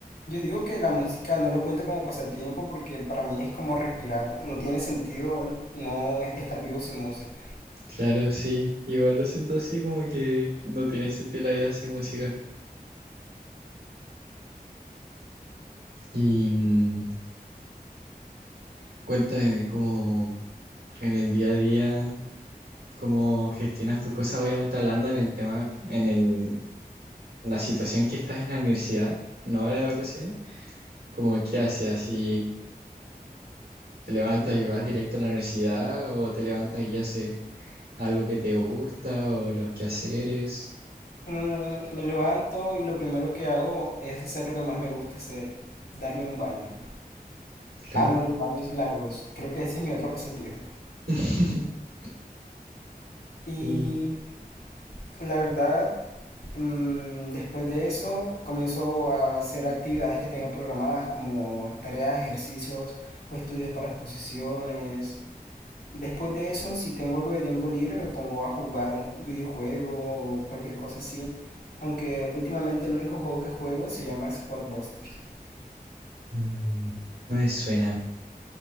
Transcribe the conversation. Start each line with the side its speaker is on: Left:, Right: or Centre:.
Left: yo digo que la música no lo cuento como pasatiempo porque para mí es como respirar. No tiene sentido no e- estar vivo sin música.
Right: Claro, sí. Igual lo siento así como que no tiene sentido la vida sin música. Y mm, cuéntame cómo en el día a día, cómo gestionas tus cosas, obviamente hablando en el tema, en el, la situación que estás en la universidad, no ahora de vacaciones, como qué haces, así te levantas y vas directo a la universidad o te levantas y haces algo que te gusta o los quehaceres,
Left: Mm, me levanto y lo primero que hago es hacer lo que más me gusta hacer, darme un baño.
Right: claro.
Left: Amo los baños largos. Creo que ese es mi otro pasatiempo.
Right: <laughs>
Left: Y
Right: Mm.
Left: la verdad, mm, después de eso comienzo a hacer actividades que tenga programadas como tareas, ejercicios o estudios para exposiciones. Después de eso, si tengo algo de tiempo libre, me pongo a jugar un videojuego o cualquier cosa así. Aunque últimamente el único juego que juego se llama Squad Busters.
Right: Mm, no me suena.